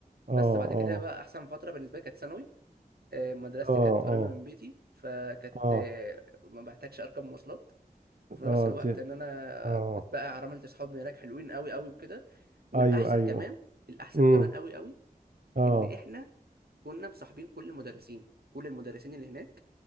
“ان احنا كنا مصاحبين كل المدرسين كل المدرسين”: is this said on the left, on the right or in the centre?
Right